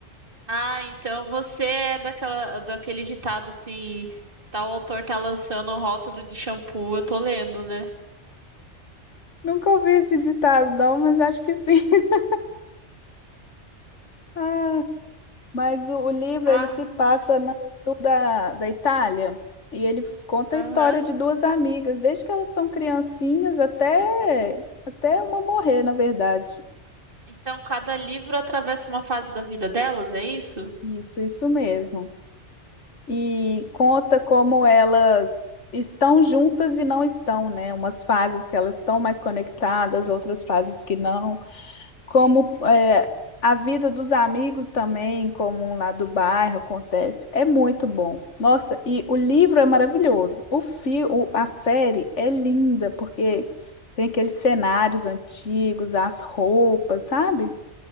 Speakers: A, on the right; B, on the left.
A: Ah, então você é daquela, daquele ditado assim, tal autor tá lançando o rótulo de shampoo, eu tô lendo, né?
B: Nunca ouvi esse ditado, não, mas acho que sim. <laughs> Ah, mas o, o livro
A: Ah,
B: ele se passa no sul da, da Itália e ele f- conta
A: aham.
B: a história de duas amigas, desde que elas são criancinhas até até uma morrer, na verdade.
A: Então cada livro atravessa uma fase da vida delas, é isso?
B: Isso, isso mesmo. e conta como elas estão juntas e não estão, né? Umas fases que elas estão mais conectadas, outras fases que não. Como é, a vida dos amigos também, como um lá do bairro acontece, é muito bom. Nossa, e o livro é maravilhoso. O fi, o- a série é linda porque tem aqueles cenários antigos, as roupas, sabe?